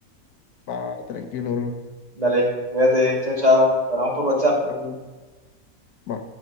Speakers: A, on the left; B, on the right.
A: Va, tranquilo, bro.
B: Dale, cuídate, chao, chao. Paramos por WhatsApp.
A: Chao. Va.